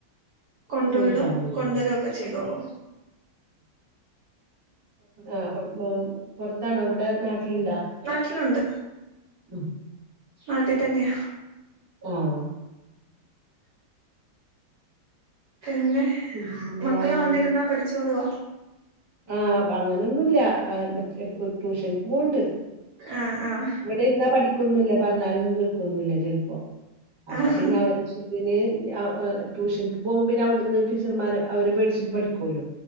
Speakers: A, on the right (about 60°); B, on the right (about 15°).
A: കൊണ്ട്
B: വിളിക്കാൻ
A: വിടും.
B: പോവൂല്ലേ
A: കൊണ്ടുവരും ഒക്കെ ചെയ്തോളൂ.
B: അ <unintelligible> പുറത്താണോ ഇവിടെ നാട്ടിലുണ്ടാ
A: നാട്ടിലുണ്ട്
B: ഉം
A: അതെ. തന്നെയാ.
B: ആഹ്
A: പിന്നെ
B: പിന്നെന്താണ്
A: മക്കള് തന്നിരുന്നാ പഠിച്ചോളുവോ
B: ആഹ് അപ്പൊ അങ്ങനൊന്നുല്ല മറ്റെ ട്യൂഷനിക്ക് പോണ്ട്
A: ആഹ് ആഹ്
B: ഇവിടിരുന്ന പഠിക്കൊന്നില്ല പറഞ്ഞാലൊന്നും കേൾക്കൊന്നില്ല ചിലപ്പോ അപ്പൊ
A: ആഹ്
B: പിന്നെ അവര് ഇഷ്ട പിന്നെ ട്യൂഷനിക്ക് പോകുമ്പോ പിന്നെ അവിടെന്ന് ടീച്ചർമാര് അവര് പേടിച്ചിട്ട് പഠിക്കുല്ലോ